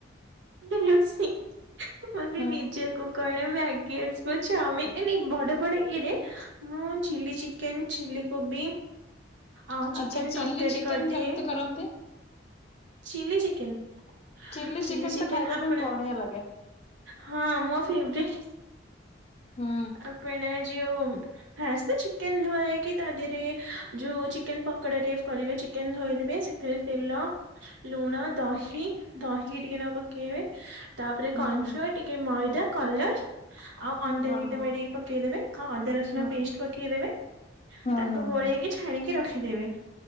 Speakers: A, on the right (about 70°); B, on the left (about 30°).
A: ରୋଷେଇ ମାନେ
B: ହୁଁ
A: ନିଜକୁ କଣ ମ୍ୟାଗି ଆସିବ, ଚାଓମିନ, ନାଇ ନାଇ ଏ ବଡ ବଡ ଇଏରେ ମୁଁ ଚିଲି ଚିକେନ, ଚିଲି କୋବି ଆ ଚିକେନ
B: ଆଚ୍ଛା ଚିଲି
A: ତରକାରୀ
B: ଚିକେନ
A: କରିଦିଏ।
B: କେମିତି କରନ୍ତି?
A: Chilli chicken.
B: Chilli
A: chilli
B: chicken
A: ଚିକେନ୍
B: ତ ଖାଇବା
A: ଆପଣ
B: ପାଇଁ ବଢିଆ ଲାଗେ
A: ହଁ, ମୋ ଫେଭରାଇଟ୍।
B: ହୁଁ
A: ଆ ଆପେଣ ଯେଉ ଫାଷ୍ଟ ତ ଚିକେନ୍ ଧୁଆହେଇକି, ତା ଦେହରେ ଯୋଉ ଚିକେନ୍ ପକୋଡ଼ା ଟିପ୍ କରିବେ ଚିକେନ୍ ଧୋଇଦେବେ, ସେଥିରେ ତେଲ, ଲୁଣ, ଦହି, ଦହି ଟିକେ ନାଗୁ ପକେଇ ପକେଇବେ, ତାପରେ
B: ହୁଁ
A: କର୍ଣ୍ଣଫ୍ଲୋର୍,
B: ହୁଁ।
A: ଟିକେ ମଇଦା, କଲର ଆଉ ଅଣ୍ଡା
B: ହଁ
A: ଦିଟା
B: ହଁ
A: ମେଡେଇକି ପକେଇଦବେ, ଆଉ ଅଦା ରସୁଣ
B: ହଁ
A: ପେଷ୍ଟ ପକେଇଦବେ
B: ହଁ
A: ତାକୁ
B: ହଁ
A: ଗୋଳେଇକି
B: ହଁ
A: ଛାଣିକି ରଖିଦେବେ।